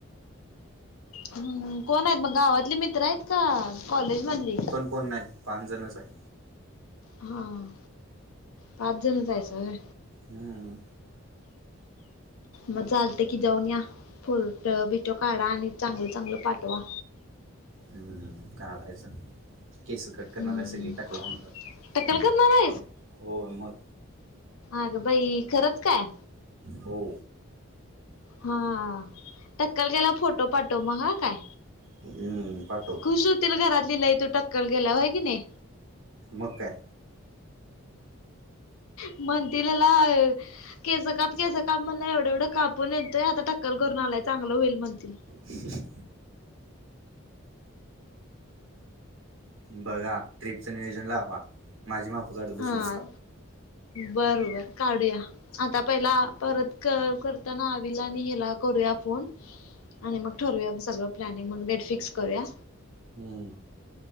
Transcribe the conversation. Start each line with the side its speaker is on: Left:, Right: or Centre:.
Left: हम्मं कोणं आहेतं मंग गांवातली मित्रं आहेतं कां कॉलेज मधंली
Right: कोणं नाहींत पांच जणचं आहे
Left: हां पांच जणं जायचं होयं
Right: हम्मं
Left: मंग चालतं की जाऊंन यां फोटो बिटो काढां आणि चांगलं चांगलं पाठवां
Right: हम्मं काढायचं केस कंट करणारं
Left: हम्म
Right: आहे सगळी टकल होणारं
Left: टक्कल करणार
Right: हो मंग
Left: अंगं बाई खरचं कायं
Right: हो
Left: हां टक्कंल केल्यांवर फोटो पाठवं मंग हां कायं
Right: हम्मं पाठवतो
Left: खुंश होतीलं घरांत लंय की तूं टक्कंल केल्यांवर होयं की नाहीं
Right: मग काय?
Left: म्हणतीलला केस काप केस काप म्हणला एवढं एवढं काप पुण येतोय आता टक्कल करून आलाय चांगलं होईल म्हणतील
Right: ख बघा ट्रिपचं नियोजन लावा, माझी माप‌ काडत
Left: हा
Right: बसू नका.
Left: बरोबर काढूया आता पहिला परत करताना आवीला आणि हेला करूया फोन. आणि मग ठरवूया सगळं प्लॅनिंग मग डेट फिक्स करूया.
Right: हम्म